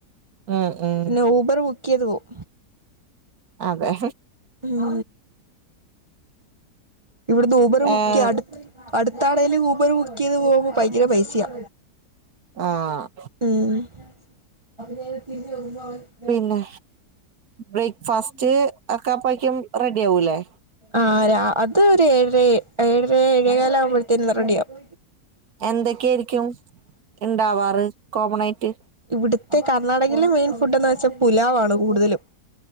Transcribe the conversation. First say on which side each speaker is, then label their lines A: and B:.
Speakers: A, on the right; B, on the right.
A: ഉം ഉം
B: പിന്നെ ഊബർ ബു ക്കെയ്ത് പോവും.
A: അതെ
B: ഉം ഇവിടുന്ന് ഊബെറ് വുക്കെയ്യാട്
A: ഏഹ്
B: അട്ത്താണേല് ഊബർ ബുക്കെയ്ത് പോഉമ്പോ ഭയങ്കരപൈസെയാ.
A: ആഹ്
B: ഉം
A: പിന്നെ ബ്രേക്ക്ഫാസ്റ്റ്ഒക്കെ അപ്പയ്ക്കും റെഡിആവൂലേ?
B: ആഹ് രാ അത് ഏഴെ ഏഴെര ഏഴേകാലൊകുമ്പേതിന് റെഡിയവും.
A: എന്തൊക്കെയായിരിക്കും ഉണ്ടാവാറ് കോമൺആയിട്ട്
B: ഇവ്ടുത്തെ കർണാടകയിലെമെയിൻ ഫുഡെന്ന് വെച്ചാൽപുലാവാണ് കൂടുതലും.